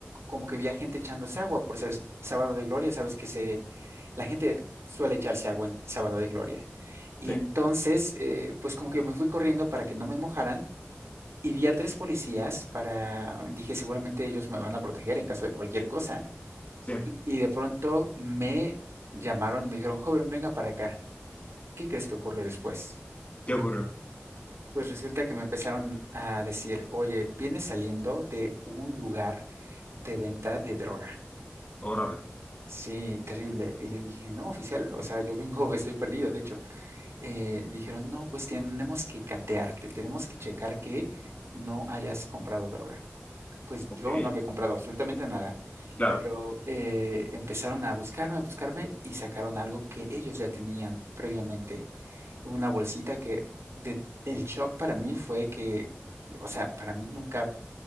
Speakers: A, on the right (about 80°); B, on the left (about 35°).
A: como que vi a gente echándose agua por ser s- sábado de gloria. Sabes que se, la gente suele echarse agua en sábado de gloria. Y
B: Sí,
A: entonces, eh, pues, como que me fui corriendo para que no me mojaran y vi a tres policías para, dije, seguramente ellos me van a proteger en caso de cualquier cosa.
B: sí.
A: Y, y de pronto me llamaron y me dijeron, joven, venga para acá. ¿Qué crees que ocurrió después?
B: ¿Qué ocurrió?
A: Pues resulta que me empezaron a decir, oye, vienes saliendo de un lugar de venta de droga.
B: Órale.
A: Sí, terrible. Y le dije, no, oficial, o sea, yo vengo, <laughs> estoy perdido, de hecho. Eh, dijeron, no, pues tenemos que catearte, tenemos que checar que no hayas comprado droga. Pues
B: Ok.
A: yo no había comprado absolutamente nada,
B: Claro,
A: pero eh, empezaron a buscarme, a buscarme y sacaron algo que ellos ya tenían previamente. una bolsita que de- el shock para mí fue que, o sea, para mí nunca